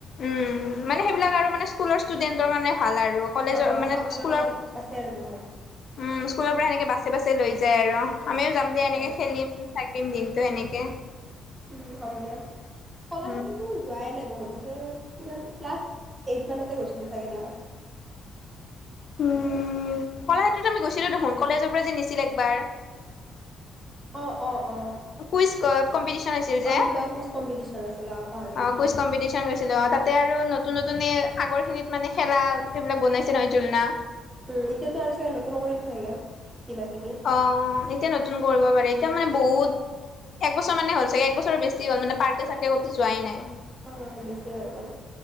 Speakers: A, on the left; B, on the right.
A: উ মানে সেইবিলাক আৰু মানে স্কুলৰ ষ্টুডেন্টৰ মানে ভাল আৰু কলেজৰ
B: অ',
A: মানে
B: চাব
A: স্কুলৰ
B: লগা আছে আৰু বহুত
A: উম স্কুলৰ পৰা এনেকৈ বাছে বাছে লৈ যায় আৰু আমিও যাম দে এনেকে
B: অ',
A: খেলিম। তিন দিনটো সেনেকে।
B: উম হ'ব দিয়া কলাক্ষেত্ৰতো
A: উম,
B: যোৱাই নাই বহুত বছৰ কিমান ক্লাছ এইট মানতে গৈছিলোঁ চাগে লাষ্ট।
A: উম কলাক্ষেত্ৰত আমি গৈছিলো দেখোন কলেজৰ পৰা যে নিছিল একবাৰ।
B: অ অ অ
A: কুইজ কম্পিটিশন হৈছিল যে।
B: অ কিবা কোচ কম্পিটিশ্যন আছিল অ। পাহৰিছিলোঁ।
A: অ কুইজ কম্পিটিচন কৰিছিলো অ তাতে আৰু নতুন নতুন আগৰ খিনিত মানে খেলা এইবিলাক বনাইছে নহয় জুলনা।
B: উম এতিয়াতো আৰু চাগে নতুন কৰিল চাগে। কিবা কিবি
A: অ এতিয়া নতুন কৰিব পাৰে এতিয়া মানে বহুত একবছৰ মানে হল চাগে একবছৰ বেছি হ'ল পাৰ্কে চাৰ্কে কতো যোৱাই নাই।
B: অ বেছি হৈ গ'ল।